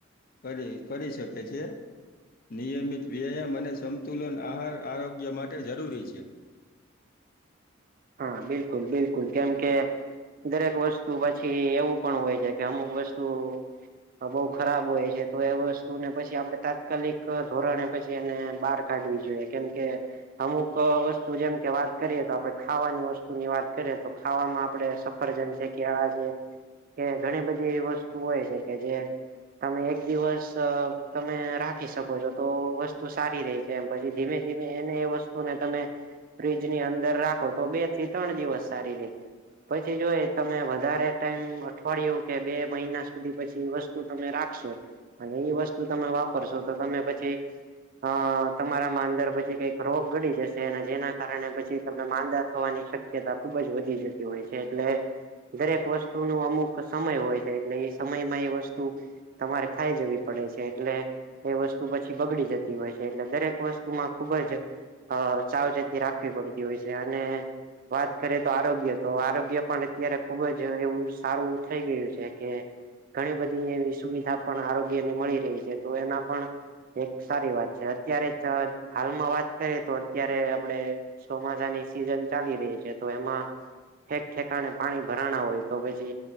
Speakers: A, on the left (about 45°); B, on the right (about 40°).
A: કરી કરી શકે છે નિયમિત વ્યાયામ અને સમતુલન આહાર આરોગ્ય માટે જરૂરી છે
B: હા બિલકુલ બિલકુલ કેમ કે દરેક વસ્તુ પછી એવું પણ હોય છે કે અમુક વસ્તુ બહુ ખરાબ હોય છે તો એ વસ્તુ ને પછી આપડણે તાત્કાલિક ધોરણે પછી એને બહાર કાઢવી જોઈએ કેમકે અમુક વસ્તુ જેમ કે વાત કરીએ તો આપડે ખાવાની વસ્તુ ની વાત કરીએ તો ખાવામાં આપણે સફરજન છે કેળા છે કે ઘણી બધી એવી વસ્તુ હોય છે કે જે તમે એક દિવસ તમે રાખી શકો છો તો વસ્તુ સારી રે કેમ પછી ધીમે ધીમે એને એ વસ્તુને તમે ફ્રીજ ની અંદર રાખો તો બે થી ત્રણ દિવસ સારી રે પછી જોઈ તમે વધારે ટાઈમ અઠવાડિયું કે બે મહિના સુધી પછી વસ્ તુ તમે રાખશો અને એ વસ્તુ તમે વાપરશો તો તમે પછી અ તમારામાં અંદર પછી કઈક રોગ ગડી જશે અને જેના કારણે પછી તમે માંદા થવાની શક્યતા ખુબ જ વધી જતી હોય છે એટલે દરેક વસ્તુ નું અમુક સમય હોય છે એટલે એ સમયમાં એ વસ્તુ તમારે ખાઈ જવી પડે છે એટલે એ વસ્તુ પછી બગડી જતી હોય છે એટલે દરેક વસ્તુમાં ખુબ જ હ ચાવચેતી રાખવી પડતી હોય છે અને વાત કરીે તો આરોગ્ય તો આરોગ્ય પણ અત્યારે ખુબ જ એવું સારું થઈ ગયું છે કે ઘણી બધી એવી સુવિધા પણ આરોગ્ય ની મળી રહી છે તો એના પણ એક સારી વાત છે અત્યારે હાલમાં વાત કરીએ તો અત્યારે આપડે ચોમાસા સીઝન ચાલી રહી છે તો એમાં ઠેકઠેકાણે પાણી ભરાણા હોય તો પછી